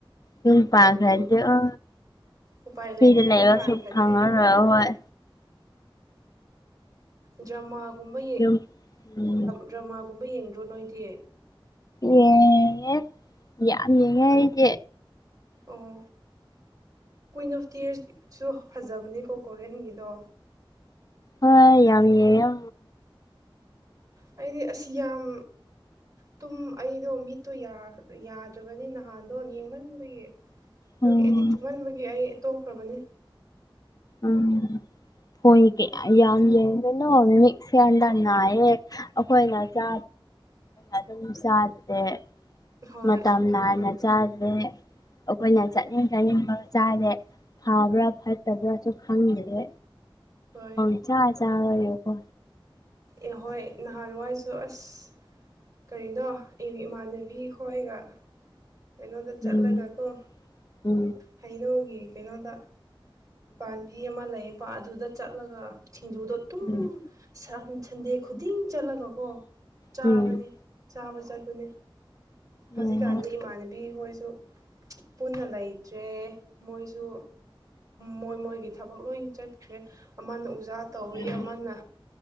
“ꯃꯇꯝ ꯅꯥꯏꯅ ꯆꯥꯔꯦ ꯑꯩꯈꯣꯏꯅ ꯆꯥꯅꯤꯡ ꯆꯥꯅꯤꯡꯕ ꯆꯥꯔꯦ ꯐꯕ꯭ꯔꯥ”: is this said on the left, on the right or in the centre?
Left